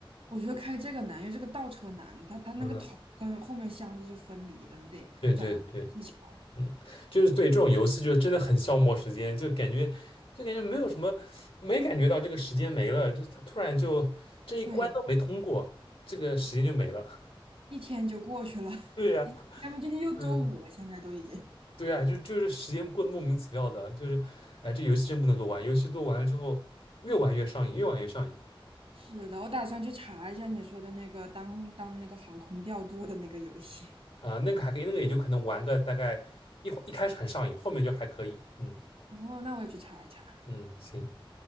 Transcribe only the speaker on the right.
我觉得开这个难，因为这个倒车难，它它那个头跟后面箱子是分离的，
你得找到技巧。
对，
一天就过去了，<laughs>
一咱们今天又周五了，
现在都已经。
是的，我打算去查一下你说的那个当当那个航空调度的那个游戏。
哦，那我也去查一查。